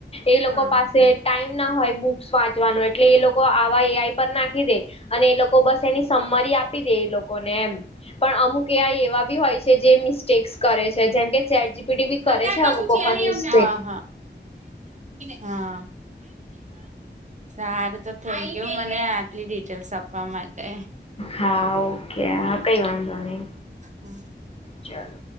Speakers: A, on the left; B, on the right.
A: એ લોકો
B: હા.
A: પાસે ટાઈમ ના હોય બુક સ વાંચવાનું એટલે એ લોકો આવા એ આઈ પર નાખી દે અને એ લોકો બસ એની સમમરી આપી દે એ લોકોને એમ પણ અમુક એ આઈ એવા બી હોય છે જે મિસ્ટેક્સ કરે છે જેમ કે ચેટ જી પી ટી કરે
B: અત્યારે
A: છે
B: કશું
A: અમુક વખત
B: નહી
A: મિસ્ટેક.
B: અમને હા હા, સારું તો થૅન્ક યુ મને આ ટલી ડિટેલ્સ આપવા માટે.
A: હા ઓકે હા કઈ વાંધો નહી
B: હમ્મ.
A: ચલો.